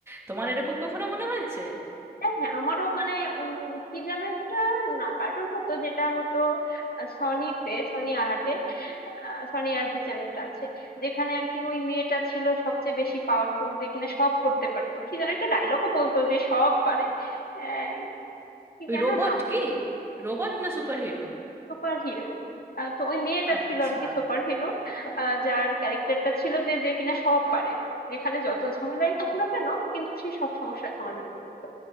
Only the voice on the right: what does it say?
তোমার এরকম কখনো মনে হয়েছে
ওই
রোবট
কি রোবট না সুপার হিরো
আচ্ছা